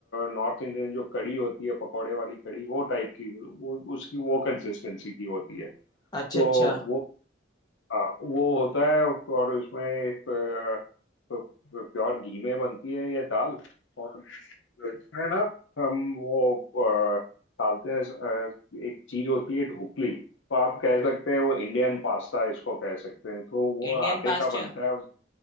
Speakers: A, on the left (about 75°); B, on the left (about 20°).
A: नॉर्थ इंडियन जो कड़ी होती है पकौड़े वाली कड़ी वो टाइप की वो उसकी वो कंसिस्टेंसी की होती है
B: अच्छा
A: तो
B: अच्छा
A: वो हाँ वो होता है और उसमें एक, अ, प्योर घी में बनती है ये दाल और इसमें ना हम वो अ, डालते हैं अ, एक चीज होती है ढोकली तो आप कह सकते हैं वो इंडियन पास्ता इसको कह सकते हैं तो वो
B: Indian
A: आटे
B: pasta
A: का बनता है